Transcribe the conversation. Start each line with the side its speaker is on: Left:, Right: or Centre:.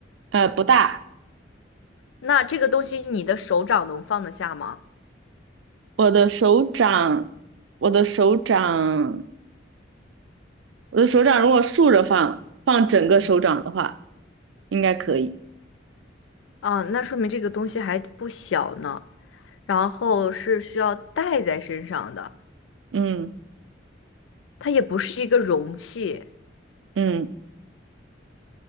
Right: 呃，不大，
Left: 那这个东西你的手掌能放得下吗？
Right: 我的手掌，我的手掌，我的手掌如果竖着放，放整个手掌的话，应该可以，
Left: 啊，那说明这个东西还不小呢，然后是需要带在身上的，
Right: 嗯
Left: 它也不是一个容器。
Right: 嗯，